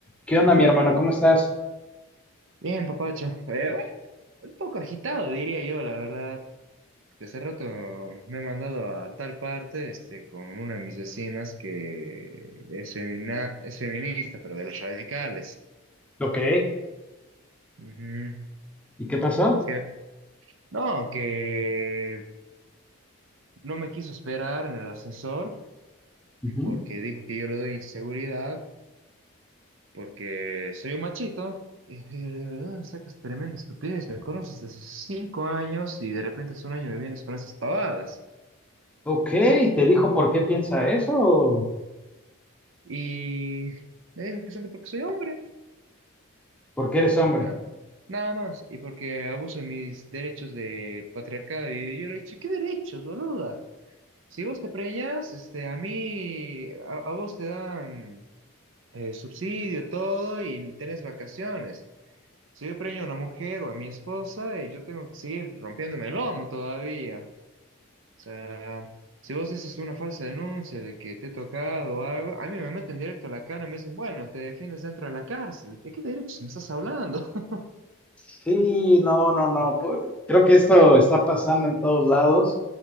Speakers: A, in the centre; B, on the right.
A: ¿Qué onda, mi hermano? ¿Cómo estás?
B: Bien, papacho. Eh, bueno, un poco agitado, diría yo, la verdad. Hace rato me he mandado a tal parte, este, con una de mis vecinas que es femina, es feminista, pero de los radicales.
A: Ok.
B: Ujú.
A: ¿Y qué pasó?
B: Es que, no, que no me quiso esperar en el ascensor
A: Ujú.
B: porque dijo que yo le doy inseguridad porque soy un machito. Y yo le digo, "¿De dónde sacas tremenda estupidez? Me conoces desde sus cinco años y de repente hace un año me vienes con esas pavadas.
A: Ok, ¿te dijo por qué piensa eso?
B: Y me dijo que solo porque soy hombre,
A: ¿Por qué eres hombre?
B: nada, nada más. Y porque abuso de mis derechos de patriarcado. Y yo le dije, ¿qué derechos, boluda? Si vos te preñas, este, a mí, a, a vos te dan eh, subsidio, todo, y tenés vacaciones. Si yo preño a una mujer o a mi esposa, eh, yo tengo que seguir rompiéndome el lomo todavía. sea, si vos dices una falsa denuncia de que te he tocado o algo, a mí me meten directo a la cana y me dicen, bueno, te defiendes dentro de la cárcel. ¿De qué derechos me estás hablando? <laughs>
A: Sí, no, no, no. pues, creo que esto está pasando en todos lados.